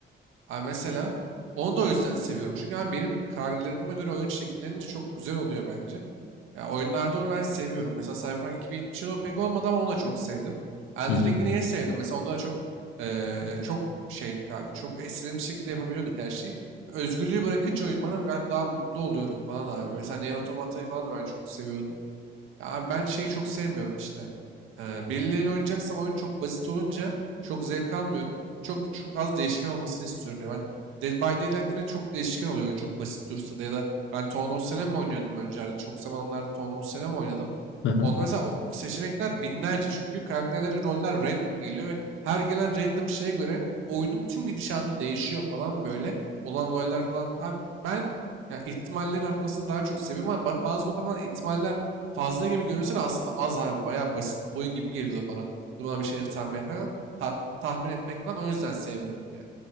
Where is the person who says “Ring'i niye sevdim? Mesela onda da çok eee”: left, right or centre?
Right